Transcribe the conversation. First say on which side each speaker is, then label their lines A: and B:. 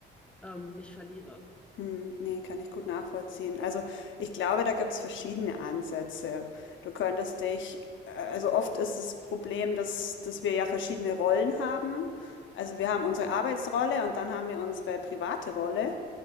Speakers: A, in the centre; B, on the left (about 75°).
A: ähm, nicht verliere.
B: Hm, nee, kann ich gut nachvollziehen. Also ich glaube, da gibt's verschiedene Ansätze. Du könntest dich, äh, also oft ist das Problem, dass, dass wir ja verschiedene Rollen haben. Also wir haben unsere Arbeitsrolle und dann haben wir unsere private Rolle.